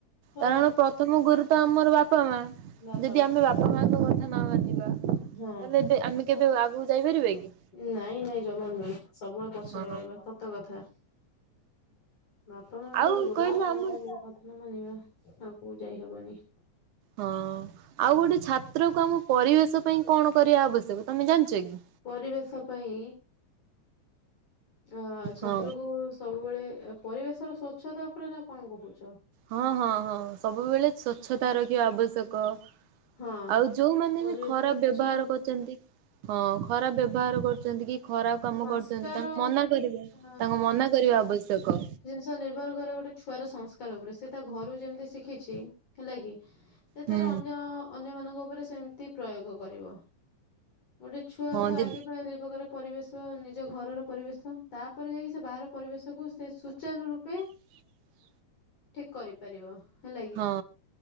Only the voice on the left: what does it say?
ହଁ
ବାପା
ମା।
ହଁ
ନାଇଁ ନାଇଁ ଜମା ନୁହେଁ ସବୁବେଳେ ପଛରେ
ରହିବା ସତ କଥା। ବାପା ମାଙ୍କର
ଗୁରୁଜନ
ମାନଙ୍କର
କଥା ନ ମାନିବା ଆଗ କୁ ଯାଇ ହବନି।
ପରିବେଶ ପାଇଁ ଆଁ ଛାତ୍ର
କୁ - ସବୁବେଳେ ପରିବେଶର ସ୍ୱଚ୍ଛତା ଉପରେ ନା କଣ କହୁଛ?
ହଁ
ପରିବେଶକୁ
ସ୍ୱଚ୍ଛତା
ରଖିବା
ସଂସ୍କାର
ଅ
ଥରେ ନିର୍ଭର କରେ ଗୋଟେ ଛୁଆର ସଂସ୍କାର ଉପରେ ସେ ତା ଘରୁ ଯେମିତି ଶିଖିଛି ହେଲା କି ଯେ
ତାର ଅନ୍ୟ ଅନ୍ୟ ମାନଙ୍କ ଉପରେ ସେମ୍ ତି ପ୍ରୟୋଗ କରିବ। ଗୋଟେ ଛୁଆକୁ
ଆଗେ ପା ଦି ପ୍ରକାର ପରିବେଶ ନିଜ ଘରର ପରିବେଶ ତାପରେ ଯାଇକି ସେ ବାହାର ପରିବେଶକୁ ସେ ସୁୂଚାର ରୂପେ
ଠିକ୍ କରିପାରିବ ହେଲା କି?